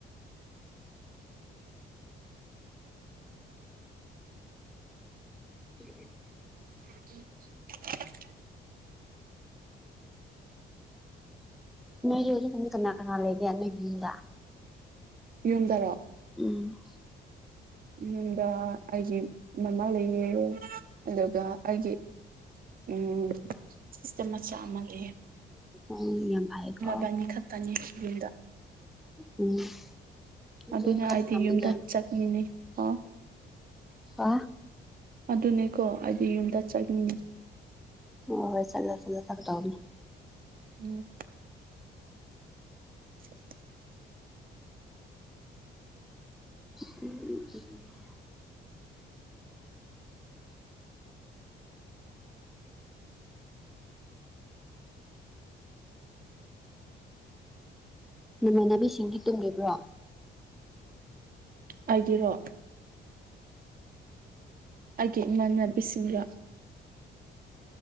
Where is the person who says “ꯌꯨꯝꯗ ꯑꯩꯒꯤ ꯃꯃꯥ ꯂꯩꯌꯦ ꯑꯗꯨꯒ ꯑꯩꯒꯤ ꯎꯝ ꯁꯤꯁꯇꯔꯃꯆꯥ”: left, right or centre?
Right